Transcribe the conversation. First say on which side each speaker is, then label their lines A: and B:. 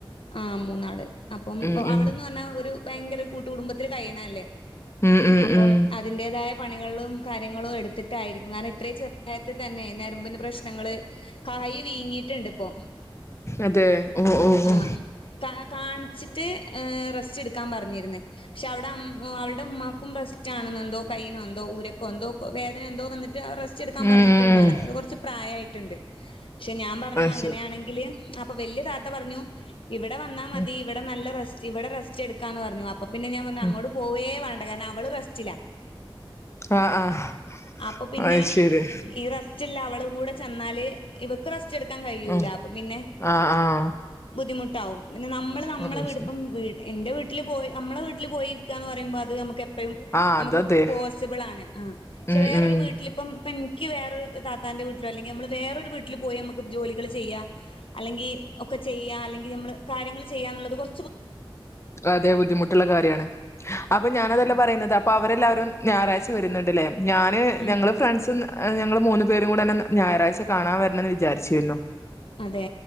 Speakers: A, on the left; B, on the left.
A: ആഹ് മൂന്നാള് അപ്പം
B: ഉം
A: അവളന്ന്
B: ഉം
A: പറഞ്ഞാ ഒരു ഭയങ്കര കൂട്ടു കുടുംബത്തിൽ കഴിയണല്ലേ
B: ഉം ഉം
A: അപ്പം
B: ഉം
A: അതിന്റെതായ പണികളും കാര്യങ്ങളും എടുത്തിട്ടായിരിക്കും കാരണം ഇത്രയും ചെറുപ്രായത്തി തന്നെ നരമ്പിന് പ്രശ്നങ്ങള് കൈ വീങ്ങിയിട്ടുണ്ട് ഇപ്പോ
B: അതെ ഓ ഓ ഓ
A: ആഹ് കാ കാണിച്ചിട്ട് റെസ്റ്റ് എടുക്കാൻ പറഞ്ഞിരുന്നേ പക്ഷെ അവിടെ അവൾടെ ഉമ്മാക്കും റെസ്റ്റ് ആണുന്നു എന്തോ കൈയിന എന്തോ ഊരക്ക എന്തോ വേദന എന്തോ വന്നിട്ട് റെസ്റ്റ് റെസ്റ്റ്ടുക്കാൻ
B: ഉം
A: പറഞ്ഞിട്ടുണ്ടന്ന്
B: ഉം
A: പറേ അത് കുറച്ച് പ്രായമായിട്ടുണ്ട് പക്ഷെ ഞാൻ പറഞ്ഞു
B: അത്
A: അങ്ങനെയാണെങ്കില്
B: ശരി
A: അപ്പൊ വല്യ താത്ത പറഞ്ഞു ഇവിടെ വന്നാ മതി
B: ഉം
A: ഇവിടെ നല്ല റെസ്റ്റ് ഇവിടെ റെസ്റ്റ് എടുക്കാന്ന് പറഞ്ഞു അ പ്പോ പിന്നെ ഞാൻ പറഞ്ഞു
B: ഉം
A: അങ്ങോട്ട് പോവേ വേണ്ട കാരണം അവൾ റസ്റ്റ്‌ - റ്റില
B: ആഹ് ആഹ്
A: അപ്പൊ പിന്നെ
B: അത് ശരി
A: ഈ- റസ്റ്റ്ല്ല അവളും കൂടെ ചെന്നാല് ഇവക്ക് റസ്റ്റ് എടുക്കാൻ കഴിയൂല
B: ഉം
A: അപ്പൊ പിന്നെ-
B: ആഹ് ആഹ്
A: ബുദ്ധിമുട്ടാവും പിന്നെ നമ്മള് നമ്മളെ
B: ആഹ് അത്
A: വീടിപ്പം
B: ശരി
A: എന്റെ വീട്ട- വീട്ടല് പോയി നമ്മള വീട്ടില് പോയിരിക്കന്ന് പറയുമ്പോ അത് നമു യും
B: ആഹ്
A: നമുക്ക്
B: അതതെ
A: പോസിബിളാണ് ആഹ് പക്ഷെ
B: ഉം
A: വേറൊരു
B: ഉം
A: വീട്ടിൽ ഇപ്പം ഇൻക്ക് വേറൊരു താത്താന്റെ വീട്ടിലോ അല്ലെങ്കി നമ്മള് വേറൊരു വീട്ടില് പോയി നമുക്ക് ജോലികൾ ചെയ്യാ അല്ലെങ്കി ഒക്കെ ചെയ്യാ അല്ലെങ്കി നമ്മള് കാര്യങ്ങള് ചെയ്യാ എന്നുള്ളത് കൊർ
B: അതെ ബുദ്ധിമുട്ടുള്ള കാര്യാണ് അപ്പൊ ഞാനതല്ല പറയുന്നത് പ്പഅവരെല്ലാവരും ഞായറാഴ്ച വരുന്നുണ്ട്ല്ലേ ഞാന്
A: ഉം
B: ഞങ്ങള് ഫ്രണ്ട്സും ഞങ്ങള് മൂന്ന് പേരും കൂടെന്നെ ഞായറാഴ്ച കാണാൻ വരണന്ന് വിചാരിച്ചിരുന്നു
A: അതേ